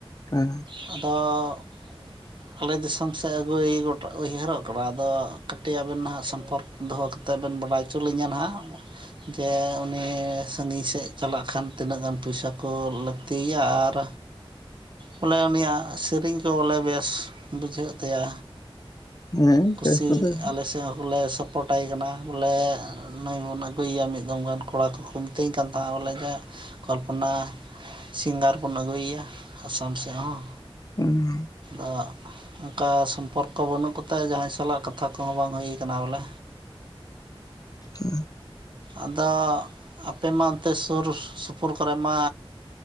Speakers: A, on the left; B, on the right.
A: ᱦᱩᱸ
B: ᱟᱫᱚ ᱟᱞᱮ ᱫᱤᱥᱚᱢ ᱥᱮᱜ ᱟᱹᱜᱩᱭᱤ ᱜᱚᱴᱟ ᱩᱭᱦᱟᱹᱨᱚᱜ ᱠᱟᱱᱟ ᱟᱫᱚ ᱠᱟᱹᱴᱤᱡ ᱟᱵᱮᱱ ᱱᱟᱦᱟᱜ ᱥᱚᱢᱯᱚᱨᱠ ᱫᱚᱦᱚ ᱠᱟᱛᱮᱜ ᱵᱮᱱ ᱵᱟᱰᱟᱭ ᱩᱪᱩ ᱞᱤᱧᱟ ᱱᱟᱦᱟᱸᱜ ᱡᱮ ᱩᱱᱤ ᱥᱟᱺᱜᱤᱧ ᱥᱮᱜ ᱪᱟᱞᱟᱜ ᱠᱷᱟᱱ ᱛᱤᱱᱟᱹᱜ ᱜᱟᱱ ᱯᱚᱭᱥᱟ ᱠᱚ ᱞᱟᱹᱠᱛᱤᱭᱟ ᱟᱨ ᱵᱚᱞᱮ ᱩᱱᱤᱭᱟᱜ ᱥᱤᱨᱤᱧ ᱠᱚ ᱵᱚᱞᱮ ᱵᱮᱥ ᱵᱩᱡᱷᱟᱹᱜ ᱛᱟᱭᱟ
A: ᱦᱮᱸ
B: ᱠᱩᱥᱤ
A: ᱵᱮᱥ ᱫᱚ ᱵᱮᱥ᱾
B: ᱟᱞᱮ ᱥᱮᱜ ᱦᱚᱞᱮ ᱥᱚᱯ ᱯᱚᱴᱟᱭ ᱠᱟᱱᱟ ᱵᱚᱞᱮ ᱱᱩᱭ ᱵᱩᱱ ᱟᱹᱜᱩᱭᱭᱟ ᱢᱤᱫ ᱫᱚᱢ ᱜᱟᱱ ᱠᱚᱲᱟ ᱠᱚᱠᱚ ᱢᱤᱛᱟᱹᱧ ᱠᱟᱱ ᱛᱟᱦᱮᱸᱜ ᱵᱚᱞᱮ ᱡᱟ ᱠᱚᱞᱯᱚᱱᱟ ᱥᱤᱝᱜᱟᱨ ᱵᱩᱱ ᱟᱹᱜᱩᱭᱟ ᱟᱥᱟᱢ ᱥᱮᱜ ᱦᱚᱸ
A: ᱩᱸ
B: ᱟᱫᱚ ᱚᱝᱠᱟ ᱥᱚᱢᱯᱚᱨᱠᱚ ᱵᱟᱹᱱᱩᱜ ᱠᱚᱛᱟᱭᱟ ᱡᱟᱦᱟᱸᱭ ᱥᱟᱞᱟᱜ ᱠᱟᱛᱷᱟ ᱠᱚᱦᱚᱸ ᱵᱟᱝ ᱦᱩᱭ ᱠᱟᱱᱟ ᱵᱚᱞᱮ?
A: <unintelligible>
B: ᱟᱫᱚ ᱟᱯᱮ ᱢᱟ ᱚᱱᱛᱮ ᱥᱩᱨ ᱥᱩᱯᱩᱨ ᱠᱚᱨᱮ ᱢᱟ